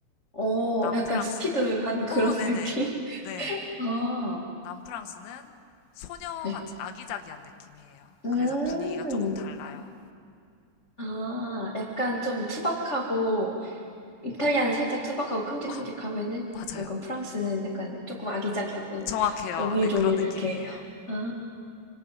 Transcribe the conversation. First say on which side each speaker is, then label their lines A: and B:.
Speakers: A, on the left; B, on the left.
A: 어,
B: 남프랑스는,
A: 약간 스피드한 그런
B: 오,
A: <laughs>
B: 네네.
A: 느낌?
B: 네.
A: 아,
B: 남프랑스는 소녀
A: 네.
B: 같은 아기자기한 느낌이에요.
A: 음,
B: 그래서 분위기가 조금 달라요.
A: 아, 약간 좀 투박하고, 이탈리아는 살짝 투박하고 큼직큼직하면은,
B: 어, 맞아요.
A: 약간 프랑스는 약간 조금 아기자기하고,
B: 정확해요.
A: 오밀조밀
B: 네, 그런 느낌이에요.
A: 이렇게. 아,